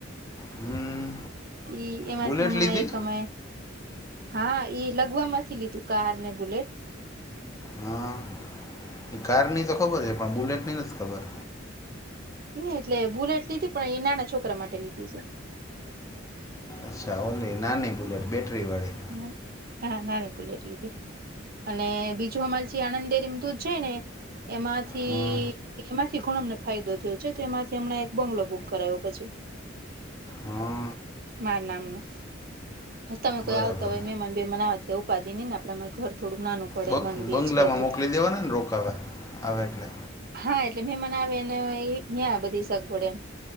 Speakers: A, on the left; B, on the right.
A: હમ
B: ઈ એમાંથી
A: બુલેટ
B: હમણાં
A: લીધી
B: એક અમેં હા એ લગવામાંથી લીધું કાર ને બુલેટ
A: હા એ કાર ની તો ખબર છે પણ બુલેટ ની નથી ખબર
B: ની એટલે બુલેટ લીધી પણ એ નાના છોકરા માટે લીધી છે
A: અચ્છા ઓલી નાની બુલેટ બેટરી વાળી
B: હ હા નાની બુલેટ લીધી અને બીજું અમાર જે આનંદ ડેરી મા દૂધ જાયે ને એમાંથી
A: હા
B: એમાંથી ઘણો અમને ફાયદો થયો છે તો એમાંથી હમણાં એક બંગલો બુક કરાવ્યો પછી
A: હા
B: મારા નામનું તમે કોઈ
A: બરાબર
B: આવ તોય મેમાન બેમાન આવૅ તો કઈ ઉપાદી ની ને આપના અ ઘર થોડુંક નાનું પડે
A: બ
B: વન બીએચ
A: બંગલામાં
B: કે હતું
A: મોકલી
B: તે
A: દેવાના ને રોકાવા આવે એટલે
B: હા એટલે મેંમને આવે એને ન્યાં બધી સગવડ એમ